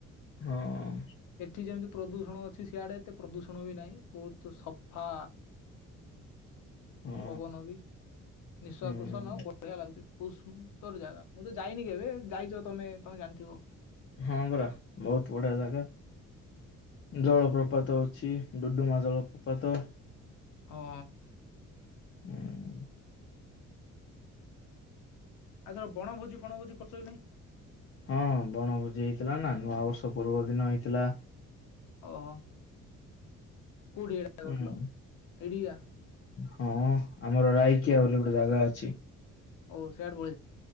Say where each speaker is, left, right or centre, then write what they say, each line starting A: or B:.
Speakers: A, on the left; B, on the left.
A: ହଁ
B: ଏଠି ଯେମିତି ପ୍ରଦୂଷଣ ଛି ସିଆଡେ ଏତେ ପ୍ରଦୂଷଣ ବି ନାହିଁ ବହୁତ ସଫା।
A: ହଁ
B: ପବନ ବି ନିଃଶ୍ଵାସ
A: ହୁଁ
B: ପ୍ରଶ୍ଵାସ ନେବାକୁ ବଢିଆ ଲାଗୁଚି। ବୋହୁତୁ ସୁନ୍ଦର ଜାଗା ମୁଁ ତ ଯାଇନି କେବେ ଯାଇଛ ତମେ ତମେ ଜାଣିଥିବ।
A: ହଁ ପରା ବହୁତ ବଢ଼ିଆ ଜାଗା। ଜଳପ୍ରପାତ ଅଛି ଡୁଡୁମା ଜଳପ୍ରପାତ।
B: ହଁ।
A: ହୁଁ।
B: ଆଉଏଥର ବଣଭୋଜି ଫଣଭୋଜି କରିଚ କି ନାଇଁ?
A: ହଁ ବଣଭୋଜି ହେଇଥିଲା ନା ନୂଆବର୍ଷ ପୂର୍ବ ଦିନ ହେଇଥିଲା।
B: ଓହୋ। କୋଉଠି ଏଟା
A: ହୁଁ
B: କଥିଲ ଏଇଠିକା?
A: ହଁ ଆମର ରାଇକିଆ ବୋଲି ଗୋଟେ ଜାଗା ଅଛି।
B: ଓ ସିଆଡୁ